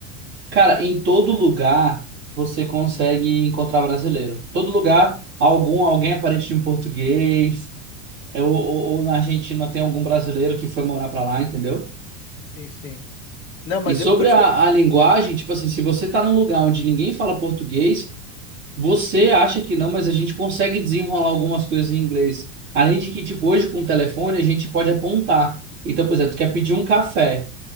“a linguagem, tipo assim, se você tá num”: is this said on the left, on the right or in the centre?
Right